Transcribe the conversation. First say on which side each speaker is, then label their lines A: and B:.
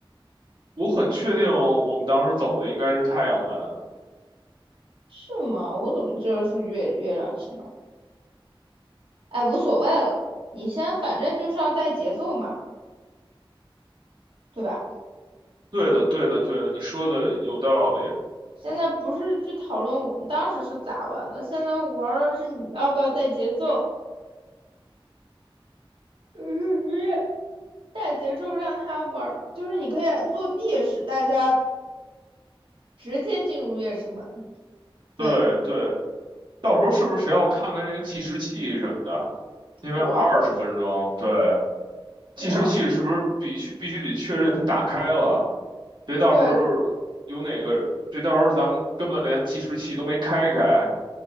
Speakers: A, on the right (about 55°); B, on the right (about 70°).
A: 我很确定我们当时走的应该是太阳门。
B: 是吗？我怎么知道是月月亮之门？哎，无所谓了，你先，反正就是要带节奏嘛，对吧？
A: 对的，对的，对的，你说的有道理。
B: 现在不是去讨论我们当时是咋玩的，现在玩的是你要不要带节奏。嗯，带节奏让他玩，就是你可以作弊，使大家直接进入月之门。对，
A: 对对，到时候是不是谁要看看那个计时器什么的？因为二十分钟，
B: 我，
A: 对。
B: 我，
A: 计时器是不是必须必须得确认它打开了？别到时候
B: 对，
A: 有哪个，别到时候咱们根本连计时器都没开开，